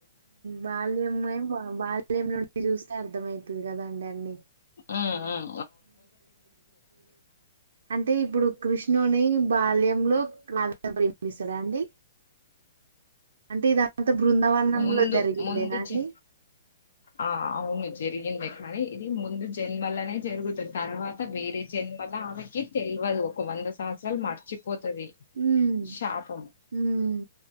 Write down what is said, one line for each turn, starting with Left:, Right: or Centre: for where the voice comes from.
Right: బాల్యం ఏం బాల్యం నుండి చూస్తే అర్ధమయితుది కదండి అన్నీ
Left: హ్మ్ మ్మ్
Right: అంటే ఇప్పుడు కృష్ణుని బాల్యంలో రాధని ప్రేమిస్తాడా అండి అంటే ఇ అంత బృందావనంలో
Left: ముందు
Right: జరిగిందేనా
Left: ముందు
Right: అండి
Left: జ ఆ అవును జరిగింది కానీ ఇది ముందు జన్మలనే జరుగుతుంది తర్వాత వేరే జన్మ కథ ఆమెకి తెల్వదు ఒక వంద సంవత్సరాలు మరచి పోతది
Right: హ్మ్.
Left: శాపము
Right: హ్మ్.